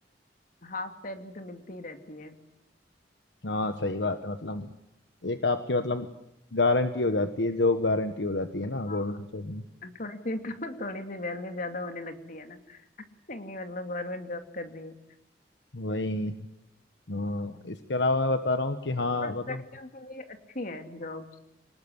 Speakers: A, on the left; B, on the left.
A: हाफ सैलरी तो मिलती ही रहती है
B: हाँ सही बात है मतलब एक आपकी मतलब गारंटी हो जाती है जॉब गारंटी हो जाती है
A: हाँ
B: ना गवर्नमेंट जॉब में
A: थोड़ी सी <laughs> तो थोड़ी सी वैल्यू ज्यादा होने लगती है ना चंगी मतलब गवर्नमेंट जॉब कर रही है
B: वही हाँ, इसके अलावा मैं बता रहा हूँ कि हाँ
A: बट
B: मतलब
A: लड़कियों के लिए अच्छी है जॉब्स